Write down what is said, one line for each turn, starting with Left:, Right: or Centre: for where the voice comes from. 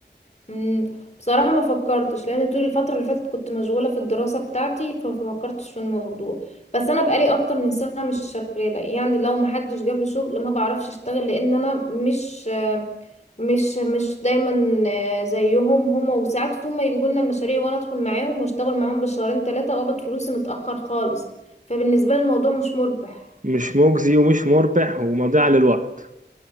Left: مم، بصراحة ما فكرتش لأن طول الفترة اللي فاتت كنت مشغولة في الدراسة بتاعتي فما فكرتش في الموضوع بس أنا بقالي أكتر من سنة مش شغالة يعني لو ما حدش جاب لي شغل ما بعرفش أشتغل لأن أنا مش مش مش دايما آه، زيهم هما وساعات هما يجيبوا لنا المشاريع وأنا أدخل معاهم وأشتغل معاهم بالشهرين ثلاثة وأقبض فلوسي متأخر خالص فبالنسبة لي الموضوع مش مربح
Right: مش مجزي ومش مربح ومضيعة للوقت